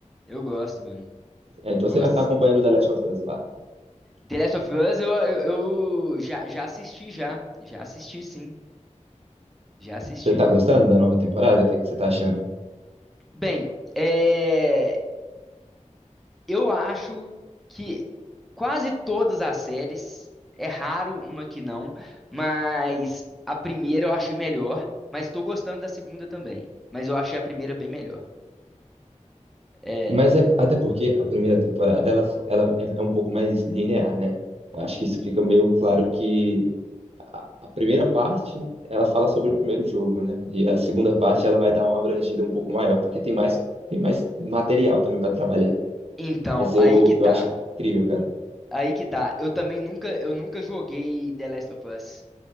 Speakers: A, in the centre; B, on the right (about 50°).
A: eu gosto, mano,
B: É, então
A: gosto
B: você tá
A: sim.
B: acompanhando The Last of Us lá.
A: The Last of Us eu, eu, eu já, já assisti já, já assisti sim, já assisti.
B: Você tá gostando da nova temporada? O que que você tá achando?
A: Bem, é... Eu acho que quase todas as séries, é raro uma que não, mas a primeira eu achei melhor, mas tô gostando da segunda também. Mas eu achei a primeira bem melhor. É,
B: Mas é até porque a primeira temporada ela, fo- ela é é um pouco mais linear, né? Eu acho que isso fica meio claro que A primeira parte, ela fala sobre o primeiro jogo, né? E a segunda parte, ela vai dar uma abrangida um pouco maior, porque tem mais, tem mais material também para trabalhar.
A: então,
B: Mas eu,
A: aí que tá.
B: eu acho incrível, cara.
A: Aí que tá. Eu também nunca, eu nunca joguei The Last of Us.